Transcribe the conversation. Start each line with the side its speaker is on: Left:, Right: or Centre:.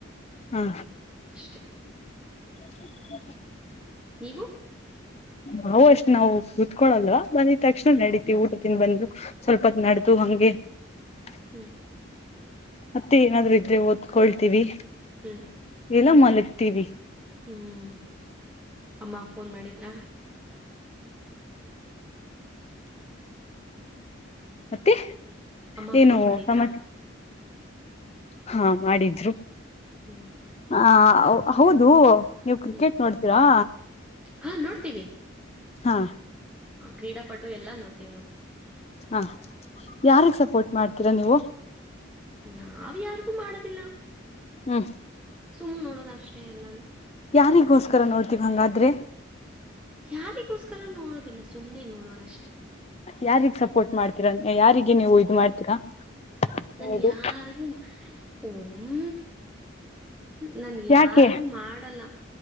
Left: ಹ್ಮ
Centre: ಅಷ್ಟೇ
Left: ಹ <unintelligible>
Centre: ನೀವು
Left: ನವು ಅಷ್ಟ್ ನಾವು ಕುೂತ್ಕೊಳಲ್ವಾ ಬಂದಿದ ತಕ್ಷಣ ನಡೀತಿವಿ ಊಟ ತಿಿಂದ ಬಂದು ಸ್ವಲ್ಪತ್ ನಡದುು ಹಂಗೆ <unintelligible>
Centre: ಹ್ಮ್
Left: ಮತ್ತೆ ಏನಾದ್ರುೂ ಇದ್ರೆ ಓದ್ಕೊಳ್ತೀವಿ
Centre: ಹ್ಮ್
Left: ಇಲ್ಲ ಮಲಗ್ತೀವಿ
Centre: ಹ್ಮ್ ಅಮ್ಮ ಫೋನ್ ಮಾಡಿದ್ರಾ
Left: ಮತ್ತೆ
Centre: ಅಮ್ಮ
Left: ಏನು
Centre: ಫೋನ್ ಮಾಡಿದಾ
Left: ಸಮಾಚ ಹಾ ಮಾಡಿದ್ರು
Centre: ಹ್ಮ್
Left: ಆ ಹೌದು ನೀವು ಕ್ರಿಕೆಟ್
Centre: ಹ್ಮ್
Left: ನೋಡ್ತೀರಾ
Centre: ಹಾ ನೋಡ್ತೀವಿ
Left: ಹಾ
Centre: ಹ ಕ್ರೀಡಾಪಟು ಎಲ್ಲ ನೋಡ್ತೀವಿ ನ
Left: ಹಾ ಯಾರಿಗೆ ಸಪೋರ್ಟ್ ಮಾಡ್ತೀರಾ ನೀವು
Centre: ನಾವ್ ಯಾರಿಗೂ ಮಾಡೋದಿಲ್ಲ
Left: ಹ್ಮ
Centre: ಸುಮ್ಮ್ ನೋಡೋದ ಅಷ್ಟೇ ಎಲ್ಲಾನು
Left: ಯಾರಿಗೋಸ್ಕರ ನೋಡ್ತಿವಿ ಹಂಗಾದ್ರೆ
Centre: ಯಾರಿಗೋಸ್ಕರ ನೋಡೋದಿಲ್ಲ ಸುಮ್ನೆ ನೋಡೋದಷ್ಟೆ
Left: ಯಾರಗ್ ಸಪೋರ್ಟ್ ಮಾಡ್ತೀರಾ ಯಾರಿಗೆ ನೀವು ಇ ಮಾಡ್ತೀರಾ
Centre: ನಾನ
Left: ಹೌದು
Centre: ಯಾರಗೂ ಹ ಹ್ಮ ನನ್ ಯಾರಿಗೂ
Left: ಯಾಕೆ
Centre: ಮಾಡಲ್ಲ